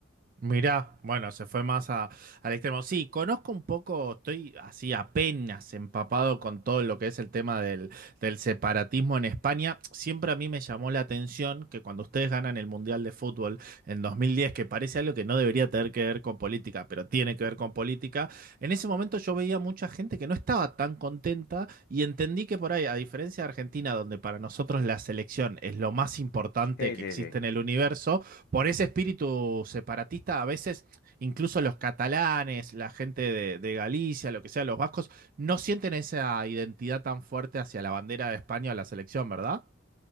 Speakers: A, on the right; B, on the left.
A: Mirá, bueno, se fue más a- al extremo. Sí, conozco un poco, estoy así apenas empapado con todo lo que es el tema del, del separatismo en España. Siempre a mí me llamó la atención que cuando ustedes ganan el Mundial de Fútbol en 2010, que parece algo que no debería tener que ver con política, pero tiene que ver con política, en ese momento yo veía mucha gente que no estaba tan contenta y entendí que por ahí, a diferencia de Argentina, donde para nosotros la selección es lo más importante
B: Sí,
A: que
B: sí,
A: existe
B: sí.
A: en el universo, por ese espíritu separatista, a veces incluso los catalanes, la gente de, de Galicia, lo que sea, los vascos, no sienten esa identidad tan fuerte hacia la bandera de España o la selección, ¿verdad?